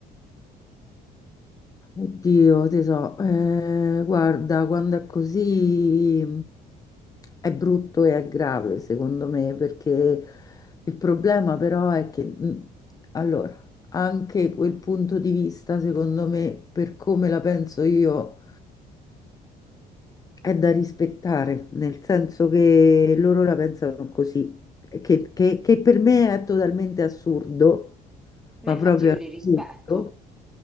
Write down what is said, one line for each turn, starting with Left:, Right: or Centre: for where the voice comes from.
Left: Oddio, ti so, eh, guarda, quando è così è brutto e è grave, secondo me, perché il problema però è che, mm, allora, anche quel punto di vista, secondo me, per come la penso io, È da rispettare, nel senso che loro la pensano così, che, che- che per me è totalmente assurdo,
Centre: Ma
Left: ma
Centre: infatti
Left: proprio
Centre: io
Left: assurdo.
Centre: li rispetto,